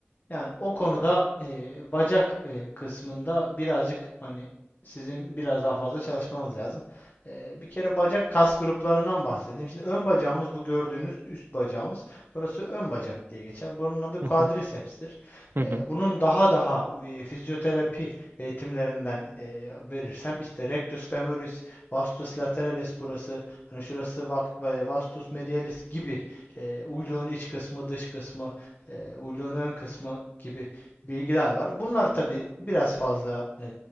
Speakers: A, on the left (about 35°); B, on the right (about 55°).
A: Yani o konuda e, bacak e, kısmında birazcık hani sizin biraz daha fazla çalışmanız lazım. E, bir kere bacak kas gruplarından bahsedeyim. Şimdi ön bacağımız bu gördüğünüz üst bacağımız. Burası ön bacak diye geçer. Bunun adı
B: Hı
A: quadriceps'tir.
B: hı, hı
A: E,
B: hı.
A: bunun daha daha e, fizyoterapi eğitimlerinden e, verirsem işte rectus femoris, vastus lateralis burası, hani şurası vastus medialis gibi e, uyluğun iç kısmı, dış kısmı e, uyluğun ön kısmı gibi bilgiler var. Bunlar tabii biraz fazla e,